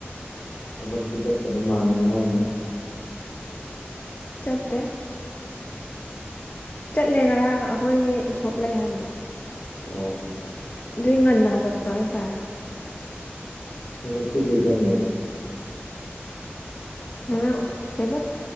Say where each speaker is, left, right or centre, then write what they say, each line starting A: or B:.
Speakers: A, on the left (about 85°); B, on the left (about 35°).
A: ꯊꯕꯛꯇꯤ ꯆꯠꯇꯕ ꯃꯥꯜꯂꯦ ꯉꯔꯥꯡ ꯅꯪ
B: ꯆꯠꯇꯦ
A: <unintelligible>
B: ꯆꯠꯂꯦ ꯉꯔꯥꯡ ꯑꯩꯈꯣꯏꯒꯤ ꯎꯁꯣꯞ ꯂꯩ ꯍꯥꯏꯕꯗꯣ
A: ꯑꯣ
B: ꯗꯨꯏ ꯉꯟꯅ ꯍꯧꯒꯠꯄ ꯍꯥꯏꯇꯥꯔꯦ
A: ꯉꯁꯤꯗꯤ ꯆꯠꯅꯣꯏ
B: ꯉꯔꯥꯡ ꯎꯁ ꯀꯩꯕ